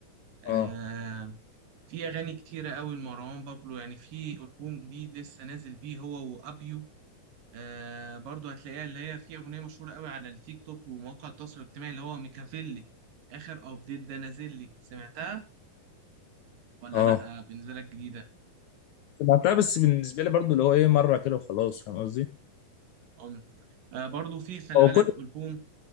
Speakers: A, on the right; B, on the left.
A: آه
B: اه
A: في أغاني كتيرة أوي لمروان بابلو يعني في ألبوم جديد لسه نازل بيه هو وأبيو آه برضو هتلاقيها اللي هي في أغنية مشهورة قوي على التيك توك ومواقع التواصل الاجتماعي اللي هو ميكافيلي آخر أبديت ده نازل لي سمعتها ولا
B: اه
A: لأ آه، بالنسبة لك جديدة
B: سمعتها بس بالنسبه لي برضو اللي هو ايه مره كده وخلاص فاهم قصدي
A: أم آه برضو في خلي
B: هو
A: بالك
B: كل
A: ألبوم